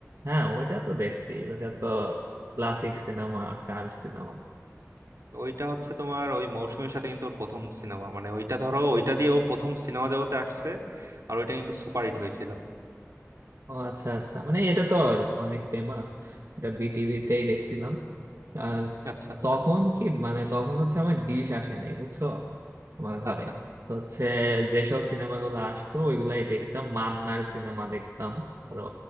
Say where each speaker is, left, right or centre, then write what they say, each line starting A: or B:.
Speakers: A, on the right; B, on the right.
A: হ্যাঁ ওটা তো দেখছি ওটা তো ক্লাসিক সিনেমা চাইল্ড সিনেমা
B: ওইটা হচ্ছে তোমার ওই মৌসুমীর সাথে কিন্তু ওর প্রথম সিনেমা মানে ওইটা ধরো ওইটা দিয়ে ও প্রথম সিনেমা জগতে আসছে আর ওইটা কিন্তু সুপারহিট হয়েছিল
A: ও আচ্ছা আচ্ছা মানে এটা তো অনেক ফেমাস এটা বিটিভিতেই দেখছিলাম আর
B: আচ্ছা আচ্ছা
A: তখন কি মানে তখন হচ্ছে আমার ডিশ আসে নাই বুঝছো আমার ঘরে
B: আচ্ছা
A: তো হচ্ছে যেসব সিনেমাগুলো আসতো ওইগুলাই দেখতাম মান্নার সিনেমা দেখতাম ধরো